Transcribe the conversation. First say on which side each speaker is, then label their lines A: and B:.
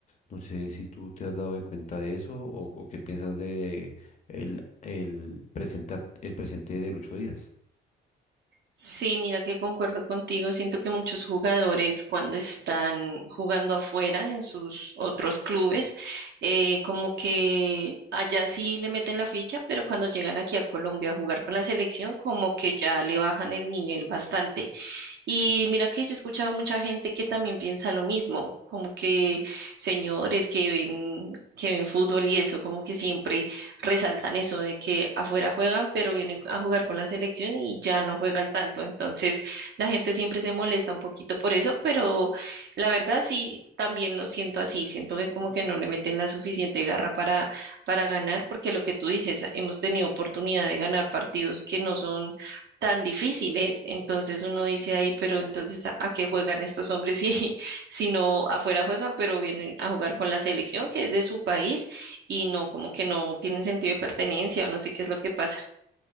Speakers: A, on the left; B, on the right.
A: No sé si tú te has dado de cuenta de eso o, o qué piensas de el, el, presenta- el presente de Lucho Díaz.
B: Sí, mira que concuerdo contigo. Siento que muchos jugadores cuando están jugando afuera en sus otros clubes, eh, como que allá sí le meten la ficha, pero cuando llegan aquí a Colombia a jugar con la selección, como que ya le bajan el nivel bastante. Y mira que yo he escuchado mucha gente que también piensa lo mismo, como que señores que ven, que ven fútbol y eso, como que siempre resaltan eso de que afuera juegan, pero vienen a jugar con la selección y ya no juegan tanto. Entonces, la gente siempre se molesta un poquito por eso, pero la verdad sí, también lo siento así, siento que como que no le meten la suficiente garra para, para ganar, porque lo que tú dices, hemos tenido oportunidad de ganar partidos que no son tan difíciles. Entonces uno dice ahí, pero entonces ¿a, a qué juegan estos hombres si, <laughs> si no afuera juegan, pero vienen a jugar con la selección que es de su país y no, como que no tienen sentido de pertenencia o no sé qué es lo que pasa.